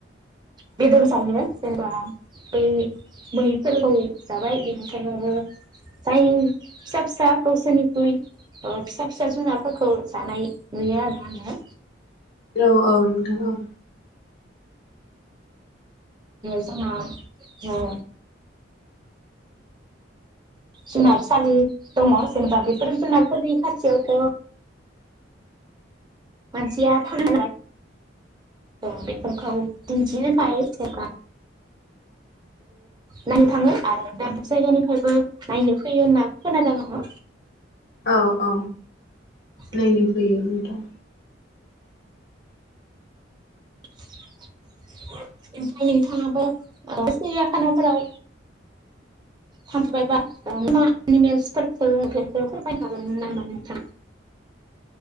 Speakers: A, on the right; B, on the left.
A: बेदर जायो जेनेबा बै मै <unintelligible> जाबाय बेनिखायनो जाय फिसा फिसा गावसोरनिख्रुइ फिसा फिसा जुनारफोरखौ जानाय नुयो आरो आङो।
B: औ औ नोंथां औ
A: जोंहा ओ जुनारसालि दङ जेनेबा बेफोर जुनारफोरनि खाथियावथ' मानसिया थां <unintelligible> औ बेफोरखौ <unintelligible> बयबो नायनो थाङो आरो दाबसे जायगानिफ्रायबो नायनो फैयो होनना खोनादों आङो
B: औ औ
A: आङो
B: नायनो फैयो नोंथां
A: ओमफाय नोंथाङाबो खानाफोराव थांफेरबायबा मा एनिमेल्सफोरखौ फोरमायनो हागोनमोन नामा नोंथां?